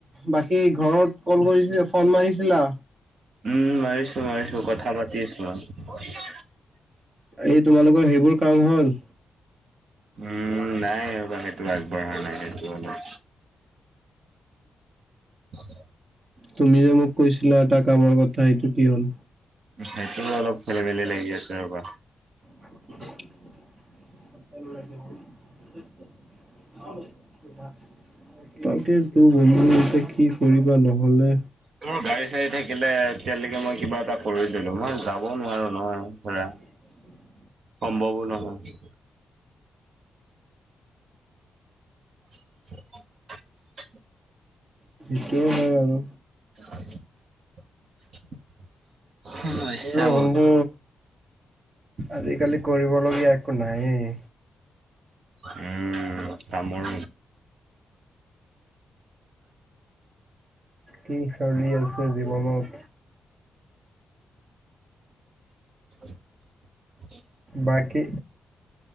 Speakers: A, on the right; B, on the right.
A: বাকী ঘৰত কল কৰিছিলে। ফোন মাৰিছিলা?
B: উম মাৰিছো, মাৰিছোঁ। কথা পাতি আছো মই।
A: এই তোমালোকৰ সেইবোৰ কাম হ'ল?
B: উম, নাই। ৰবা হে। সটো আগবঢ়া নাই সেইটো অলপ <unintelligible>
A: তুমি যে মোক কৈছিলা এটা কামৰ কথা সেইটো কি হ'ল?
B: সেইটো অলপ খেলি, মেলি লাগি আছে ৰবা
A: <inaudible> <unintelligible> তাকে তো বন্ধু এতিয়া কি কৰিবা নহলে?
B: মোৰ গাড়ী -চাড়ী থাকিলে এতিয়ালৈকে মই কিবা এটা কৰি দিলো মই যাব নোৱাৰো নহয় ধৰা।
A: <inaudible>
B: সমম্ভৱো নহয়। <inaudible>
A: সেইটো হয় বাৰু।
B: <inaudible>
A: কি
B: ইচ্ছা
A: কৰো
B: বহুত।
A: বন্ধু? আজিকালি কৰিবলগীয়া একো নায়েই।
B: উম, তামোল
A: কি চলি আছে জীৱনত?
B: <inaudible>
A: বাকী